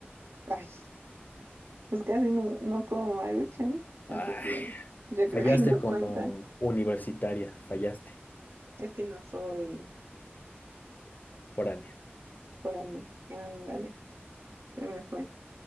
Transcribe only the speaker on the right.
Ay, pues casi no, no como Maruchan,
así que yo
creo que no
cuenta.
Es que no soy
por ahí. Ándale. Se me fue.